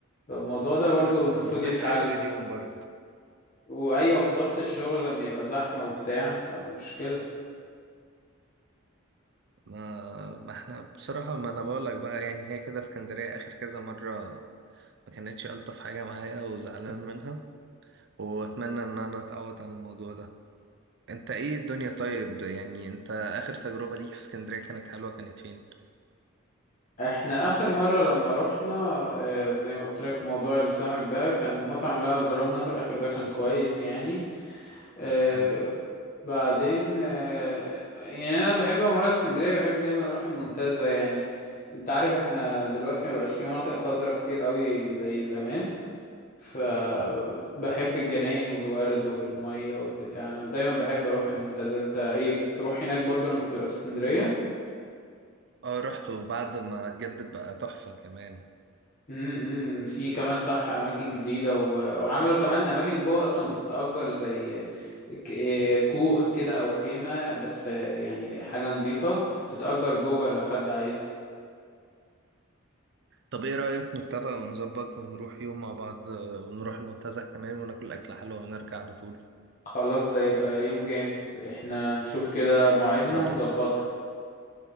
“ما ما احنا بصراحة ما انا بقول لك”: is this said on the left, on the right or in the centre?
Right